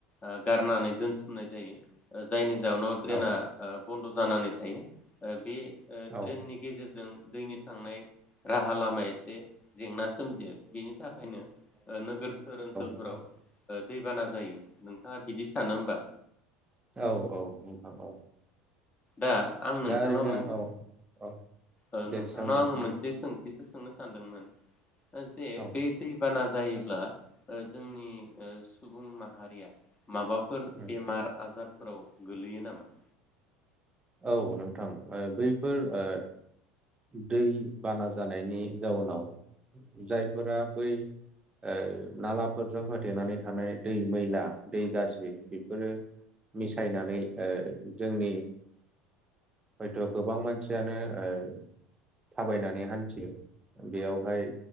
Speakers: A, on the left; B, on the right.
A: ओ गारनानै दोनथुमनाय जायो। जायनि जाउनाव ड्रेना
B: औ
A: बन्द जानानै थायो। ओ बे ओ
B: औ
A: ड्रेननि गेजेरजों दैनि थांनाय राहा लामाया एसे जेंना सोमजियो। बेनि थाखायनो ओ नोगोर सोहोर ओनसोल
B: ओं
A: दैबाना जायो। नोंथाङा बिदि सानो होमबा?
B: औ औ नंखागौ।
A: दा आं नोंथांनाव
B: दा ओरैनो
A: मोनसे
B: औ औ
A: ओ
B: दे
A: नोंथांनाव
B: सों नोंथां
A: आङो मोनसे
B: दे
A: सों थिसो सोंनो सानदोंमोन। ओ जे
B: औ
A: बे दै बाना जायोब्ला ओ जोंनि ओ सुबुं माहारिया माबाफोर
B: उम
A: बेमार आजार फोराव गोलैयो नामा?
B: औ नोंथां ओ बैफोर ओ दै बाना जानायनि जाउनाव जायफोरा बै ओ नालाफोरजों होथेनानै थानाय दै मैला दै गाज्रि बेफोरो मिसायनानै ओ जोंनि हयथ' गोबां मानसियानो ओ थाबायनानै हान्थियो। बेयावहाय